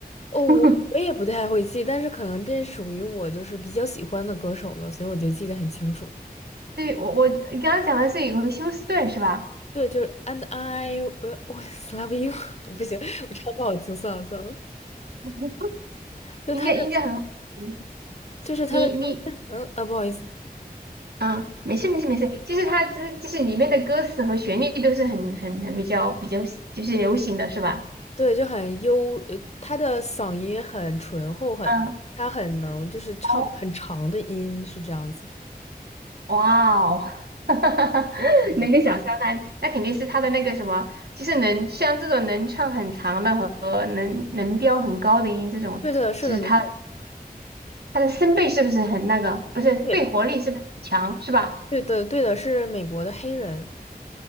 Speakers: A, on the left; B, on the right.
A: 哦，
B: <laughs>
A: 我我也不太会记，但是可能这是属于我就是比较喜欢的歌手了，所以我就记得很清楚。
B: 对，我我你刚刚讲的是有个休斯顿是吧？
A: 对，就是 "And I will always love you" <laughs> 不行，我唱不好听，算了算了。
B: <laughs>
A: 就他的，
B: 应该应该很好听。
A: 就是他的声音，
B: 你你
A: 嗯啊，不好意思，
B: 嗯，没事没事没事，就是它之就是里面的歌词和旋律都是很很很比较比较就是流行的是吧？
A: 对，就很优，呃，他的嗓音很醇厚，很，
B: 嗯，
A: 他很能就是唱很长的音，
B: 哦，
A: 是这样子。
B: 哇哦，<laughs>
A: 嗯，
B: 能够想象那那肯定是他的那个什么，就是能像这种能唱很长的和能能飙很高的音这种，
A: 对的，是的，
B: 其实他
A: 没错，
B: 他的声贝是不是很那个，不是肺活力是不是很强是吧？
A: 对，对的，对的，是美国的黑人。